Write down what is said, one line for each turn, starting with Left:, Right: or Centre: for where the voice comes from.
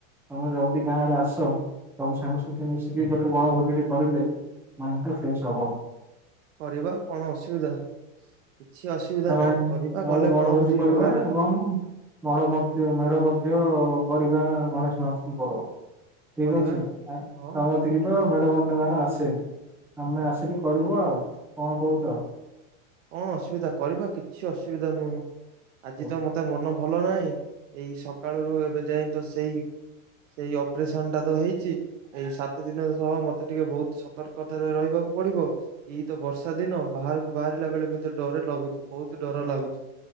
Centre: ତମେ ଜଲଦି ଗାଁ ଆଡେ ଆସ, ସବୁ ସାଙ୍ଗସାଥି ମିଶିକି ଗୋଟେ ବଣଭୋଜିଟି କରିଲେ ମାଇଣ୍ଡଟା ଫ୍ରେଶ୍ ହବ।
Right: କରିବା କଣ ଅସୁବିଧା, କିଛି ଅସୁବିଧା
Centre: ଆମେ
Right: ନାହିଁ କରିବା।
Centre: ଆଉ
Right: ଗଲେ ବଣଭୋଜି
Centre: କରିବା
Right: ବଗେରା
Centre: ଏବଂ <unintelligible> ମଧ୍ୟ ମେଢ ମଧ୍ୟ କରିବା ଗଣେଶ <unintelligible> ପର୍ବ। ଠିକ୍
Right: କରିବା
Centre: ଅଛି, ତମ
Right: ହଁ
Centre: କତିକି ତ ମେଢ ବନେଇବାର ଆସେ। ଆମେ ଆସିକି କରିବ ଆଉ, କଣ କହୁଛ?
Right: କଣ ଅସୁବିଧା, କରିବା କିଛି ଅସୁବିଧା ନୁହଁ। ଆଜି
Centre: ଓହୋ
Right: ତ ମତେ ମନ ଭଲ ନାହିଁ। ଏଇ ସକାଳରୁ ଏବେ ଯାଇ ତ ସେଇ ସେଇ ଅପରେସନ ଟା ତ ହେଇଛି। ଏଇ ସାତ ଦିନ ସହ ମ ମତେ ଟିକେ ବହୁତ ସତର୍କତାରେ ରହିବାକୁ ପଡିବ। ଏଇ ତ ବର୍ଷା ଦିନ ବାହାରକୁ ବାହାର ଲା ବେଳେ କୁ ଡର ଲାଗୁଛି ବହୁତ ଡର ଲାଗୁଛି।